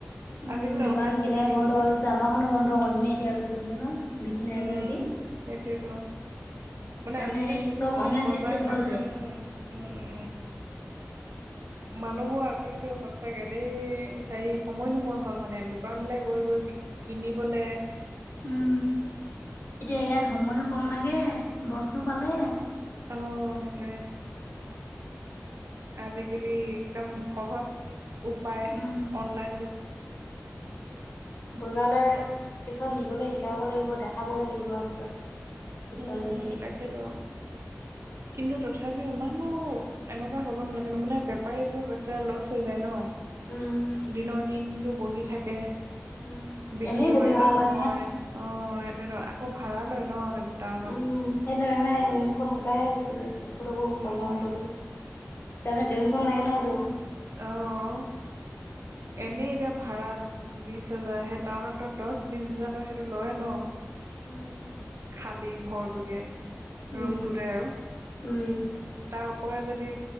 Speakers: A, on the left; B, on the right.
A: উম,
B: আজিকালি
A: দোকান
B: অনলাইন
A: কেনেকে
B: যুগ আহি
A: বন্ধ
B: গ'ল যে।
A: হৈ গৈছে আমাৰখনো বন্ধ কৰিম, এতিয়া বুলি কৈছে ন। বিকি নাই
B: উম্,
A: যোৱা দেখি।
B: সেইটোৱেইটো। মানে
A: তাৰমানে
B: আজিকালি
A: সেই
B: কি
A: চব
B: হ'ল
A: অনলাইন
B: বজাৰলৈ
A: চিষ্টেম হ'ল
B: গৈ
A: যে।
B: উম্ উম্ উম্। মানুহবোৰ আজিকালি সঁচাকে দেই, হেৰি সময় নোহোৱা হ'ল মানে দোকানলৈ গৈ গৈ বি কিনিবলৈ।
A: উম, এতিয়া ইয়াত সময়ও কম লাগে, বস্তুও পালে।
B: অ', সেইটোৱে। আজিকালি একদম সহজ উপায়,
A: উম।
B: অনলাইন যুগ।
A: বজাৰলৈ পিছত নিবলৈ শিকাব লাগিব, দেখাবগৈ লাগিব আৰু পিছত। পিছৰ
B: উম
A: আহিখিনি
B: তাকেইতো কিন্তু তথাপিও ইমানো এনেকুৱা হ'ব নালাগে মানে বেপাৰীবোৰৰ পইচা লছ হৈ যায় ন।
A: উম।
B: দিনৰ দিনটো বহি থাকে
A: উম,
B: বিক্ৰী
A: এনেই বহি
B: বাৰ্তা
A: থকা হয়
B: নহয়। অ', সেইটোৱেইটো আকৌ ভাড়া লয় ন সেইবোৰ টাউনত
A: উম হেইনাই মুখন শুকাইয়ে গৈছে। চকু ধুকু ক'লা
B: উম
A: কৰি তাৰমানে টেনশচন লাগে না সেইটো
B: অহ। এনেই এতিয়া ভাড়া ৰুম বিশ হাজাৰ সেই টাউনতো দহ বিশ হাজাৰ সেইটো লৈয়ে ন।
A: উম।
B: খালী ঘৰটোকে
A: উম,
B: ৰুমটোতে আৰু
A: উম।
B: তাৰ ওপৰে যদি